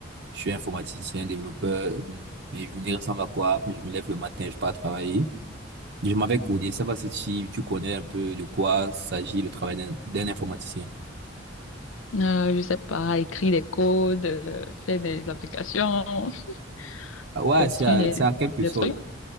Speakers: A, on the right; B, on the left.
A: je suis informaticien, développeur, euh, mes journées ressemblent à quoi? Je me lève le matin, je pars travailler. Je m'avais codé, je sais pas si tu, tu connais un peu de quoi s'agit le travail d'un d'un informaticien.
B: Euh, je sais pas, écrire des codes, euh, faire des applications, <laughs>
A: Ah Ouais,
B: construire
A: c'est en
B: des,
A: c'est en quelque
B: des
A: sorte.
B: trucs.